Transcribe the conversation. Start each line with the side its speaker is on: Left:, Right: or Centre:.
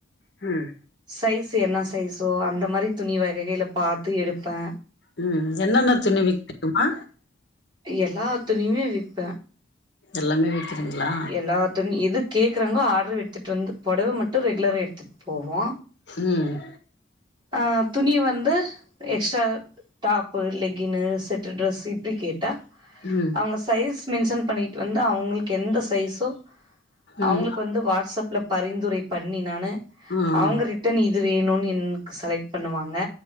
Left: ம்
Right: சைஸ்ஸு என்ன சைஸோ அந்த மாரி துணி வகைகள பாத்து எடுப்ப
Left: ம் என்னென்ன துணி விக்குவமா
Right: எல்லா துணியுமே விப்ப
Left: எல்லாமே விக்கிறீங்களா
Right: எல்லா துணி எது கேக்குறாங்ளோ ஆர்டர் எடுத்துட் வந்து பொடவ மட்டு ரெகுலரா எடுத்துட் போவோ
Left: ம்
Right: ஆ துணி வந்து எக்ஸ்ட்டா டாப் பு லெகினு செட்டு டிரஸ்ஸு இப்டி கேட்டா
Left: ம்
Right: ஒங்க சைஸ் மென்ஷன் பண்ணிட்டு வந்து அவங்களுக்கு எந்த சைஸோ அவங்களுக்கு
Left: ம்
Right: வந்து வாட்ஸப் ல பரிந்துரை பண்ணி நானு
Left: ம்
Right: அவங்க ரிட்டன் இது வேணுன் இன்க் செலெக்ட் பண்ணுவாங்க